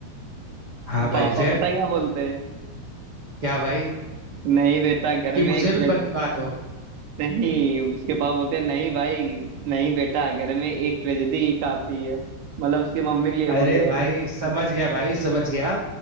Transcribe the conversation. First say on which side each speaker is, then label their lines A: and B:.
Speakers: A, on the right; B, on the right.
A: हाँ
B: <laughs> पापा
A: भाई फिर
B: पता क्या बोलते हैं
A: क्या भाई
B: नहीं बेटा घर
A: कि
B: में
A: मुझे
B: एक
A: भी
B: ट्रे...
A: बनवा दो
B: नहीं उसके पापा बोलते हैं नहीं भाई नहीं बेटा घर में एक ट्रेजेडी ही काफी है मतलब उसकी मम्मी के लिए बोल
A: अरे
B: रहे
A: भाई
B: थे
A: समझ गया भाई समझ गया